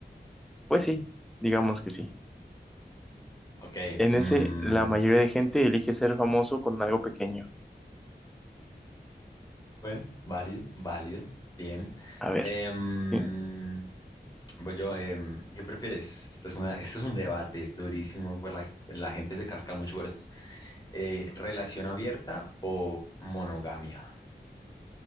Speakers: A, in the centre; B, on the left.
A: pues sí, digamos que sí.
B: Ok.
A: En
B: mm,
A: ese, la mayoría de gente elige ser famoso con algo pequeño.
B: bueno, válido, válido. Bien.
A: A ver,
B: Em,
A: hí-
B: voy yo, em, ¿qué prefieres? Esto es una, esto es un debate durísimo, por la, la gente se casca mucho por esto. Eh, ¿relación abierta o monogamia?